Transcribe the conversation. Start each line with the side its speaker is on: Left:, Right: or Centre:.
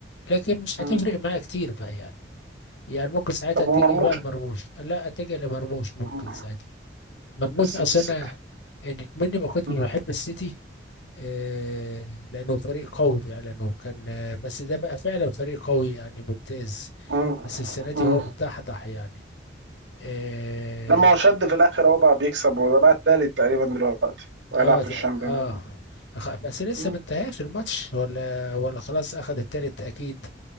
Left: لكن مش
Right: مم.
Left: هتفرق معايا كتير بقى يعني يعني ممكن ساعتها
Right: طب
Left: اتجه
Right: ومرموش
Left: بقى لمرموش لا اتجه لمرموش ممكن
Right: مم.
Left: ساعتها مرموش
Right: في السيتي
Left: اصل
Right: السيتي
Left: انا انك مني ما كنتش
Right: مم.
Left: بحب السيتي آه لانه فريق قوي يعني لانه كان آه، بس ده بقى فعلا فريق قوي يعني ممتاز
Right: مم.
Left: بس السنة دي
Right: مم.
Left: هو مدحضح يعني إيه،
Right: لما هو شد في الاخر هو بقى بيكسب وده بقى التالت تقريبا دلوقتي وهيلعب
Left: اه
Right: في
Left: ت-
Right: الشامبيون
Left: اه أخ- بس لسه
Right: مم.
Left: ما انتهاش الماتش ولا ولا خلاص اخذ التالت اكيد